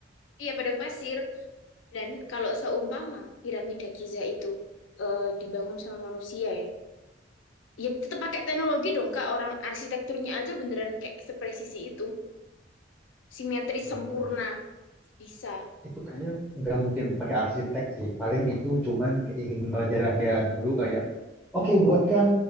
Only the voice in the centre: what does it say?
Nggak
mungkin ada-
Itu kayaknya nggak mungkin pakai arsitek sih. Paling itu cuman keinginan raja-raja dulu kayak, oke buatkan